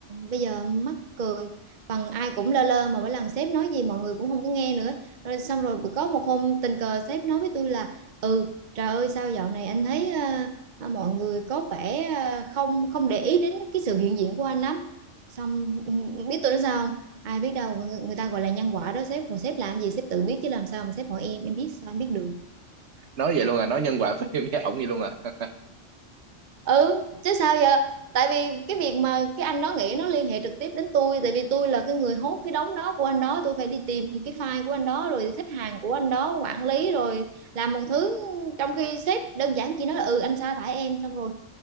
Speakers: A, on the right; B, on the right.
A: bây giờ mắc cười phần ai cũng lơ lơ mà mỗi lần sếp nói gì mọi người cũng không có nghe nữa rồi, xong rồi bữa- có một hôm tình cờ sếp nói với tôi là ừ trời ơi sao dạo này anh thấy ờ, ờ, mọi người có vẻ ờ, không không để ý đến cái sự hiện diện của anh lắm xong ừ, biết tôi nói sao không ai biết đâu người, người ta gọi là nhân quả đó sếp còn sếp làm gì sếp tự biết chứ làm sao mà sếp hỏi em em biết sao em biết được
B: nói vậy luôn à nói nhân quả với <laughs> với ổng vậy luôn à
A: ừ chứ sao giờ tại vì cái việc mà cái anh đó nghĩ nó liên hệ trực tiếp đến tôi tại vì tôi là cái người hốt cái đống đó của anh đó tôi phải đi tìm cái file của anh đó rồi khách hàng của anh đó quản lý rồi làm một thứ trong khi sếp đơn giản chỉ nói là ừ anh sa thải em xong rồi